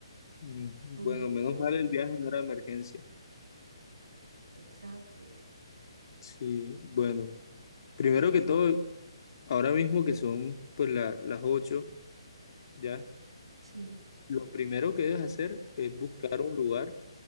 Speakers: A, on the left; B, on the right.
A: Mm, Bueno,
B: ¿Dónde voy
A: menos
B: a dormir?
A: mal el viaje no era emergencia.
B: Exacto,
A: Sí, bueno, primero que todo, ahora mismo que son pues la- las ocho ¿ya?
B: sí.
A: Lo primero que debes hacer es buscar un lugar